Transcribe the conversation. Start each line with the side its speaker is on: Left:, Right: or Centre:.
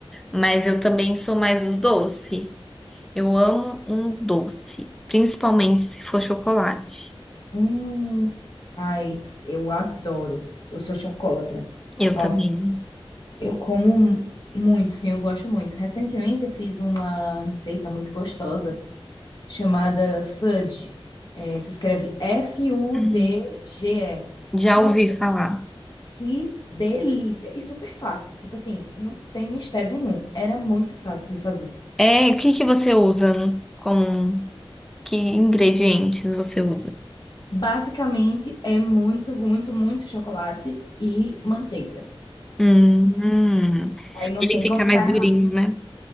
Centre: Mas eu também sou mais do doce. Eu amo um doce, principalmente se for chocolate.
Left: Hum, ai, eu adoro. Eu sou chocolatra.
Centre: Eu
Left: Nossa,
Centre: também.
Left: eu como muito, sim, eu gosto muito. Recentemente eu fiz uma receita muito gostosa. chamada Fudge. É, se escreve F-U-D-G-E.
Centre: Hum. Já
Left: Nossa,
Centre: ouvi falar.
Left: que delícia! E super fácil. Tipo assim, não tem mistério nenhum. Era muito fácil de fazer.
Centre: É, o que que você usa com que ingredientes você usa?
Left: Basicamente, é muito, muito, muito chocolate e manteiga.
Centre: Hum, hum.
Left: Aí não
Centre: Ele
Left: tem
Centre: fica
Left: como ficar.
Centre: mais durinho, né?